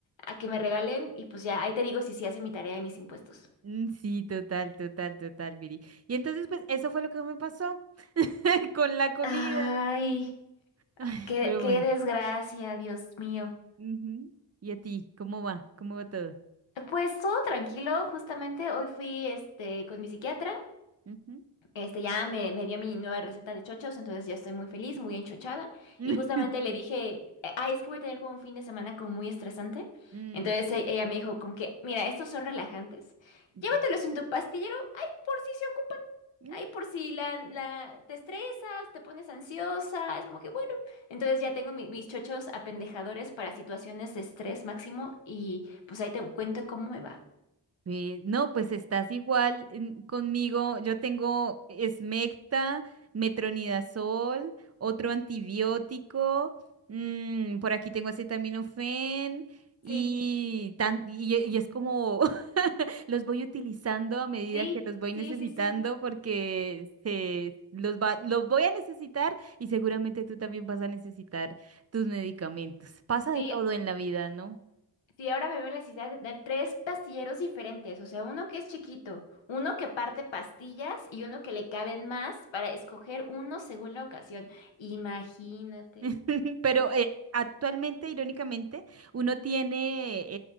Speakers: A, on the left; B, on the right.
A: a que me regalen y pues ya, ahí te digo si sí hace mi tarea y mis impuestos.
B: Mm, Sí, total, total, total, Viri. Y entonces, pues, eso fue lo que me pasó <laughs> con la comida.
A: Ay,
B: Ay,
A: qué,
B: pero
A: qué
B: bueno.
A: desgracia, Dios mío.
B: Ujú. ¿Y a ti? ¿Cómo va? ¿Cómo va todo?
A: Pues todo tranquilo, justamente hoy fui este con mi psiquiatra
B: Ujú.
A: Este ya me, me dio mi nueva receta de chochos, entonces ya estoy muy feliz, muy enchochada.
B: <laughs>
A: Y justamente le dije, eh, ay, es que voy a tener como un fin de semana como muy estresante.
B: Mm,
A: Entonces
B: sí.
A: e- ella me dijo como que, mira, estos son relajantes.
B: ok.
A: Llévatelos en tu pastillero, ay, por si se ocupan.
B: Mm,
A: Ay, por si la, la, te estresas, te pones ansiosa, es como que bueno. Entonces ya tengo mi- mis chochos apendejadores para situaciones de estrés máximo y pues ahí te cuento cómo me va.
B: Ve, No, pues estás igual en- conmigo. Yo tengo Smecta, metronidazol, otro antibiótico. mm, por aquí tengo acetaminofén y,
A: Sí,
B: tan, y, y es como <laughs> los voy utilizando a medida
A: sí,
B: que los voy necesitando
A: sí, sí, sí.
B: porque se, los, va, los voy a necesitar y seguramente tú también vas a necesitar tus medicamentos. Pasa
A: Sí,
B: de todo en la vida, ¿no?
A: Sí, ahora me veo en la necesidad de tener tres pastilleros diferentes, o sea, uno que es chiquito, uno que parte pastillas y uno que le caben más para escoger uno según la ocasión. Imagínate.
B: <laughs> Pero eh, actualmente, irónicamente, uno tiene,